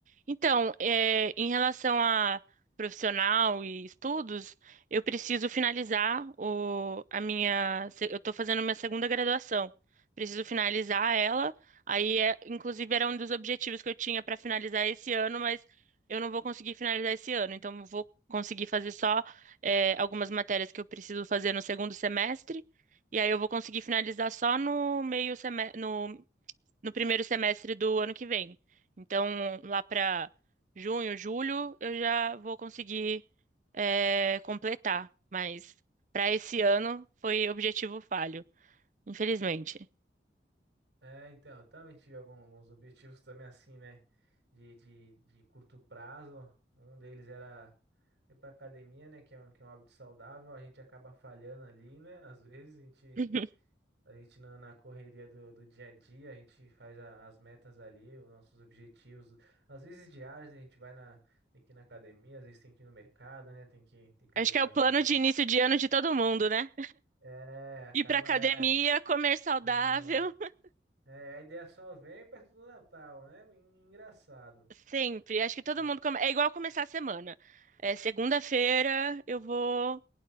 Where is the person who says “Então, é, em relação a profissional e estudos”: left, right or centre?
Right